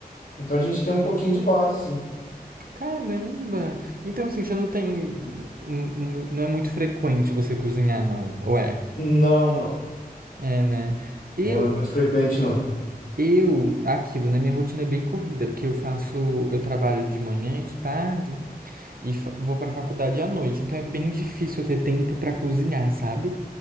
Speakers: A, on the left; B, on the right.
A: Então a gente tem um pouquinho de base, sim.
B: caramba. Então, assim, você não tem. um- um- Não é muito frequente você cozinhar, não? Ou é?
A: Não, não.
B: É, né? E
A: Não é muito frequente, não.
B: Eu, aquilo, né? Minha rotina é bem corrida, porque eu faço, eu trabalho de manhã e de tarde e fa- vou pra faculdade à noite, então é bem difícil eu ter tempo pra cozinhar, sabe?